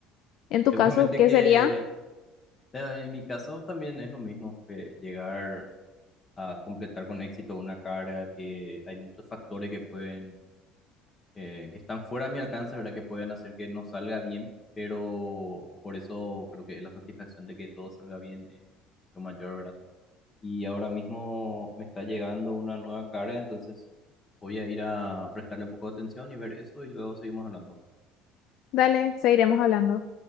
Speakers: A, on the left; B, on the left.
A: En tu
B: Seguramente
A: caso, ¿qué
B: que
A: sería?
B: Eh, En mi caso también es lo mismo, de llegar a completar con éxito una carga, que hay muchos factores que pueden, eh, que están fuera de mi alcance, ¿verdad? Que pueden hacer que no salga bien, pero por eso creo que la satisfacción de que todo salga bien es lo mayor, ¿verdad? Y ahora mismo me está llegando una nueva carga, entonces voy a ir a prestarle un poco de atención y ver eso y luego seguimos hablando.
A: Dale, seguiremos hablando.